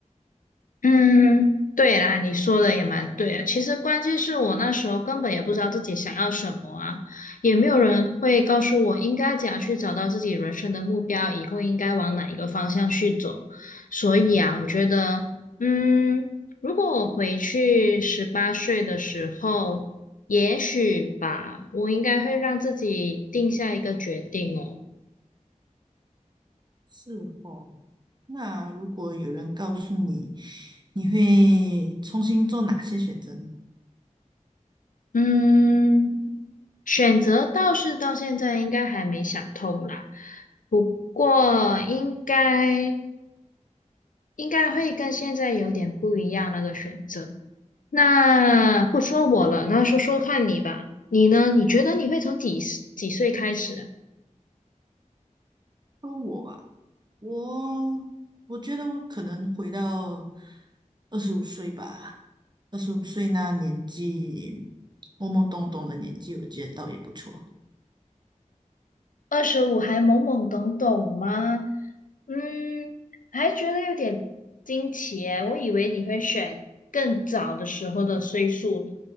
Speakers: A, on the left (about 85°); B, on the right (about 35°).
A: 嗯，对啦，你说的也蛮对啊。其实关键是我那时候根本也不知道自己想要什么啊，也没有人会告诉我应该怎样去找到自己人生的目标，以后应该往哪一个方向去走。所以啊，我觉得，嗯，如果我回去十八岁的时候，也许吧，我应该会让自己定下一个决定哦。
B: 是哦，那如果有人告诉你，你会重新做哪些选择呢？
A: 嗯。选择倒是到现在应该还没想通啦，不过应该应该会跟现在有点不一样那个选择。那不说我了，那说说看你吧，你呢？你觉得你会从几几岁开始啊
B: 说我啊。我我觉得我可能回到二十五岁吧，二十五岁那年纪，懵懵懂懂的年纪，我觉得倒也不错。
A: 二十五还懵懵懂懂吗？嗯，还觉得有点惊奇耶，我以为你会选更早的时候的岁数呢。